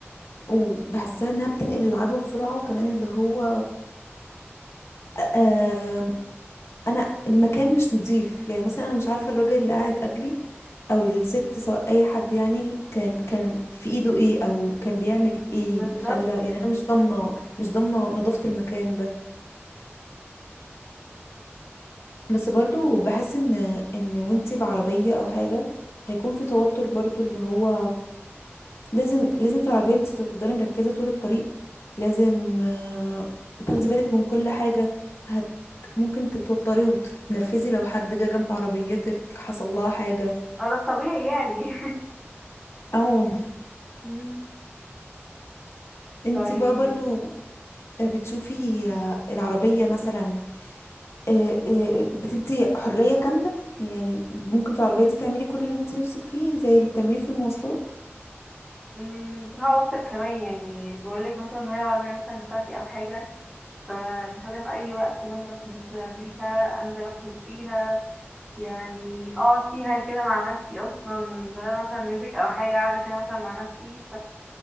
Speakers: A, on the left; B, in the centre.
A: وبحسها انها بتنقل العدوى بسرعه وكمان اللي هو آه، انا المكان مش نظيف يعني مثلا انا مش عارفه الراجل اللي قاعد قبلي او الست سواء اي حد يعني كان كان في ايده ايه او كان بيعمل ايه
B: بالظبط
A: خلى يعني انا مش ضامنه مش ضامنه نظافه المكان ده بس برضو بحس ان ان وانتي بعربيه او حاجه هيكون في توتر برضو اللي هو لازم لازم في العربية انت تفضلي مركزة طول الطريق لازم آه، تاخدي بالك من كل حاجة هت ممكن تتوتري وتتنرفزي لو حد جه جنب عربيتك حصل لها حاجة
B: اه ده الطبيعي يعني
A: او <laughs>
B: <laughs> مم.
A: انت
B: طيب
A: بقى برضو آه، بتشوفي آه، العربية مثلا آه، آه، بتدي حرية كاملة يعني ممكن في العربية دي تعملي كل اللي انت نفسك فيه زي اللي بتعمليه في المواصلات
B: مم، بصراحة بفطر كمان يعني بقولك مثلا إن هي العربية مثلا بتاعتي أو حاجة فبحاولها في أي وقت بنزل أتمشى بيها أنزل أخرج بيها يعني أقعد فيها كده مع نفسي أصلا شغالة مثلا ميوزك أو حاجة قاعدة كده مثلا مع نفسي